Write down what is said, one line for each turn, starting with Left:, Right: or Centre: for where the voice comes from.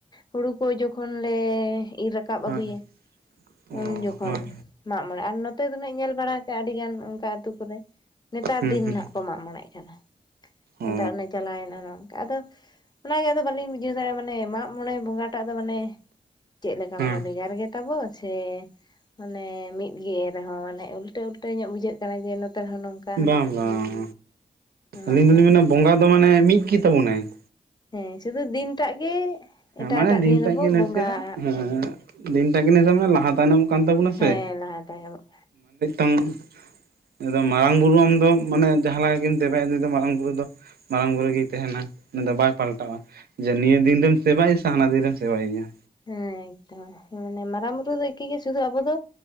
Left: ᱦᱩᱲᱩ ᱠᱚ ᱡᱚᱠᱷᱚᱱ ᱞᱮ ᱤᱨ ᱨᱟᱠᱟᱵ
Right: ᱦᱳᱭ
Left: ᱟᱹᱜᱩᱭᱟ
Right: ᱚ
Left: ᱩᱱ ᱡᱚᱠᱷᱚᱱ
Right: ᱦᱳᱭ
Left: ᱢᱟᱜ ᱢᱚᱬᱮ ᱟᱨ ᱱᱚᱛᱮ ᱫᱚ ᱱᱟ ᱤᱧ ᱧᱮᱞ ᱵᱟᱲᱟ ᱠᱟᱜᱼᱟ ᱟᱹᱰᱤ ᱜᱟᱱ ᱚᱱᱠᱟ ᱟᱛᱩ ᱠᱚᱨᱮ ᱾ ᱱᱮᱛᱟᱨ
Right: ᱦᱩᱸ
Left: ᱫᱤᱱ
Right: ᱦᱩᱸ
Left: ᱱᱟᱜ ᱠᱚ ᱢᱟᱜ ᱢᱚᱬᱮ ᱠᱟᱱᱟ ᱱᱮᱛᱟᱨ
Right: ᱚ
Left: ᱚᱱᱮ ᱪᱟᱞᱟᱣᱱᱮᱱᱟ ᱟᱫᱚ ᱚᱱᱟᱜᱮ ᱟᱫᱚ ᱵᱟᱹᱞᱤᱧ ᱵᱩᱡᱷᱟᱹᱣ ᱫᱟᱲᱮᱭᱟᱜ ᱢᱟᱱᱮ ᱢᱟᱜ ᱢᱚᱬᱮ ᱵᱚᱸᱜᱟ ᱴᱟᱜ ᱫᱚ ᱢᱟᱱᱮ ᱪᱮᱫ ᱞᱮᱠᱟ
Right: ᱦᱮᱸ
Left: ᱢᱟᱱᱮ ᱵᱷᱮᱜᱟᱨ ᱜᱮ ᱛᱟᱵᱳ ᱥᱮ ᱢᱟᱱᱮ ᱢᱤᱫ ᱜᱮ ᱨᱮᱦᱚᱸ ᱢᱟᱱᱮ ᱩᱞᱴᱟᱹ ᱩᱞᱴᱟᱹ ᱧᱚᱜ ᱵᱩᱡᱷᱟᱹᱜ ᱠᱟᱱᱟ ᱡᱮ ᱱᱚᱛᱮ ᱨᱮᱦᱚᱸ ᱱᱚᱝᱠᱟ ᱾
Right: ᱵᱟᱝ ᱵᱟᱝ
Left: ᱚᱱᱟᱴᱟᱜ
Right: ᱢᱤᱫ ᱵᱚᱸᱜᱟ ᱫᱚ ᱢᱟᱱᱮ ᱢᱤᱫ ᱜᱮ ᱛᱟᱵᱚᱱᱟᱭ ᱾
Left: ᱦᱮᱸ ᱥᱩᱫᱩ ᱫᱤᱱᱴᱟᱜ ᱜᱮ
Right: ᱦᱮᱸ
Left: ᱮᱴᱟᱜ
Right: ᱢᱟᱱᱮ
Left: ᱮᱴᱟᱜ
Right: ᱫᱤᱱ ᱴᱟᱜ
Left: ᱨᱮᱵᱚ
Right: ᱜᱮ ᱱᱟᱥᱮᱭᱟᱜ
Left: ᱵᱚᱸᱜᱟᱜ
Right: ᱦᱮᱸ
Left: ᱠᱟᱱᱟ
Right: ᱫᱤᱱᱴᱟᱠᱤᱱ ᱞᱟᱦᱟ ᱛᱟᱭᱱᱚᱢᱚᱜ ᱠᱟᱱ ᱛᱟᱵᱚᱱᱟ
Left: ᱦᱮᱸ
Right: ᱥᱮ
Left: ᱞᱟᱦᱟ ᱛᱟᱭᱚᱢᱚᱜ
Right: <unintelligible> ᱟᱫᱚ ᱢᱟᱨᱟᱝ ᱵᱩᱨᱩ ᱟᱢ ᱫᱚ ᱢᱟᱱᱮ ᱡᱟᱦᱟᱸ ᱞᱮᱠᱟ ᱜᱮᱢ ᱫᱮᱵᱟᱭᱟ ᱱᱩᱭ ᱫᱚ ᱢᱟᱨᱟᱝ ᱵᱩᱨᱩ ᱫᱚ ᱢᱟᱨᱟᱝ ᱵᱩᱨᱩ ᱜᱮᱭ ᱛᱟᱦᱮᱱᱟ ᱩᱱᱤ ᱫᱚ ᱵᱟᱭ ᱯᱟᱞᱴᱟᱜᱼᱟ ᱡᱮ ᱱᱤᱭᱟᱹ ᱫᱤᱱ ᱨᱮᱢ ᱥᱮᱵᱟᱭ ᱥᱮ ᱦᱟᱱᱟ ᱫᱤᱱᱨᱮᱢ ᱥᱮᱵᱟᱭᱮ ᱜᱮᱭᱟ
Left: ᱦᱮᱸ ᱮᱠᱫᱚᱢ ᱢᱟᱱᱮ ᱢᱟᱨᱟᱝ ᱵᱩᱨᱩ ᱫᱚ ᱮᱠᱤ ᱜᱮ ᱥᱩᱫᱷᱩ ᱟᱵᱚ ᱫᱚ